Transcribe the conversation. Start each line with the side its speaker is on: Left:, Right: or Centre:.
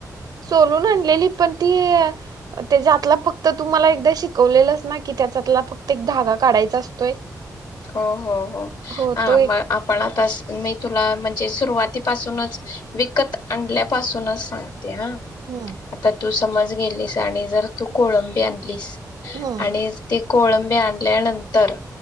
Right: सोलून आणलेली. पण ती त्याच्यातला फक्त तुमला एकदा शिकवलेलंस ना की, त्याच्यातला फक्त एक धागा काढायचा असतोय.
Left: हो हो हो
Right: हो
Left: ह
Right: तो एक
Left: मग आपण आता. मी तुला म्हणजे, सुरुवातीपासूनच विकत आणल्यापासूनच सांग ते हा
Right: हम्म
Left: आता तू समज गेलीस आणि जर तू कोळंबी आणलीस.
Right: हम्म
Left: आणि ज ते. कोळंबी आणल्यानंतर.